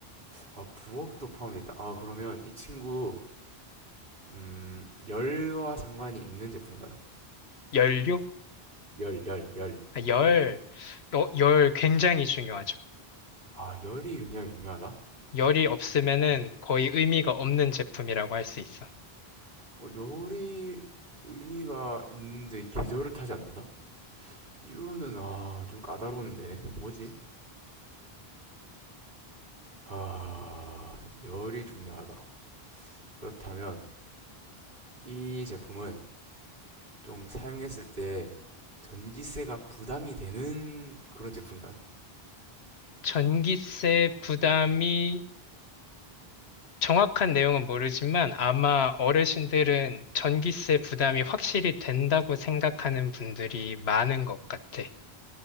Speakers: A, on the right; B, on the left.
A: 아, 부엌도 포함되어 있다. 아, 그러면 이 친구, 음, 열과 상관이 있는 제품인가요?
B: 열료?
A: 열, 열, 열.
B: 아, 열, 어, 열 굉장히 중요하죠.
A: 아, 열이 굉장히 중요하다?
B: 열이 없으면은 거의 의미가 없는 제품이라고 할 수 있어.
A: 어, 열이 의미가 있는데 계절을 타지 않는다? 이거는, 아, 좀 까다로운데. 뭐지? 아, 열이 중요하다. 그렇다면, 이 제품은 좀 사용했을 때 전기세가 부담이 되는 그런 제품인가요?
B: 전기세 부담이 정확한 내용은 모르지만 아마 어르신들은 전기세 부담이 확실히 된다고 생각하는 분들이 많은 것 같아.